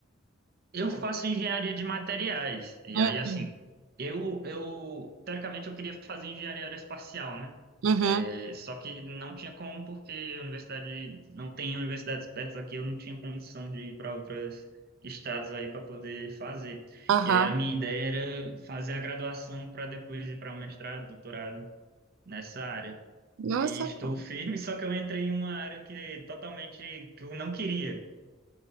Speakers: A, on the right; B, on the right.
A: Eu faço engenharia de materiais. E
B: Uhum.
A: aí, assim, eu, eu teoricamente eu queria fazer engenharia aeroespacial, né?
B: Uhum.
A: É, só que não tinha como, porque a universidade não tem universidades perto aqui, eu não tinha condição de ir para outros estados aí para poder fazer.
B: Aham.
A: E aí a minha ideia era fazer a graduação para depois ir para o mestrado, doutorado nessa área.
B: Nossa,
A: E estou
B: cara.
A: firme, só que eu entrei em uma área que é totalmente que eu não queria.